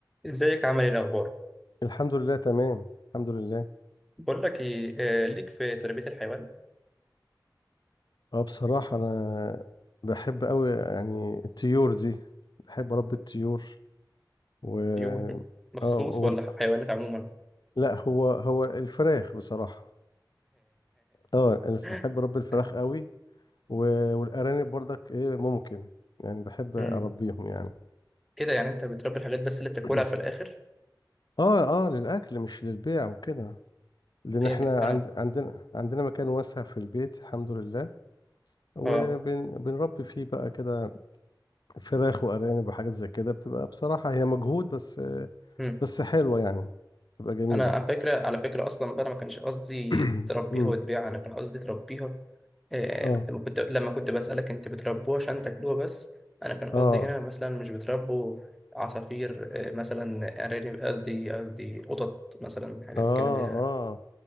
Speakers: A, in the centre; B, on the left.
A: ازيك عامل ايه الاخبار
B: الحمد لله تمام الحمد لله
A: بقول لك ايه آه، ليك في تربية الحيوان
B: اه بصراحة أنا بحب أوي يعني الطيور دي بحب أربي الطيور و
A: طيور مخصوص
B: اه وال-
A: ولا حيوانات عموما
B: لا هو هو الفراخ بصراحة اه الف-
A: <laughs>
B: بحب أربي الفراخ أوي و- والأرانب برضك إيه ممكن يعني بحب
A: مم.
B: أربيهم يعني
A: ايه ده يعني انت بتربي الحاجات بس اللي بتاكلها
B: <clears throat>
A: في الاخر
B: اه اه للأكل مش للبيع وكده لأن
A: يعني
B: احنا عند
A: انا
B: عندنا عندنا مكان واسع في البيت الحمد لله وبنربي
A: اه
B: فيه بقى كده فراخ وارانب وحاجات زي كده بتبقى بصراحه هي مجهود بس
A: مم.
B: بس حلوه يعني بتبقى جميله
A: انا على فكره على فكره اصلا بقى أنا ما كانش قصدي
B: <clears throat>
A: تربيها
B: امم
A: وتبيعها انا كان قصدي تربيها آه،
B: اه
A: لما كنت لما كنت بسألك انت بتربوه عشان تاكلوه بس انا كان قصدي
B: اه
A: هنا مثلا مش بتربوا عصافير آه، مثلا ارانب قصدي قصدي قطط مثلا حاجات
B: اه
A: كده اللي هي
B: اه